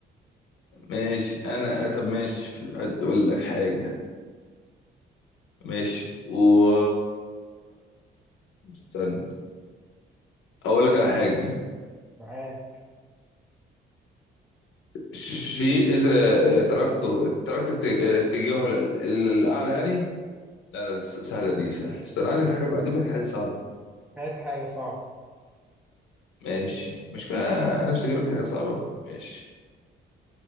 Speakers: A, on the left; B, in the centre.
A: ماشي انا طب ماشي ف- اقول لك حاجه ماشي و استنى اقول لك على حاجه
B: معاك
A: ش- شيء اذا تركته تركت الت- اتجاهه لل- للاعلى يعني لا لا س- سهله دي سهله استنى عايزك اجيب أجيب لك حاجه صعبه
B: هات حاجه صعبه
A: ماشي مش كده نفسي اجيب لك حاجه صعبه بقى. ماشي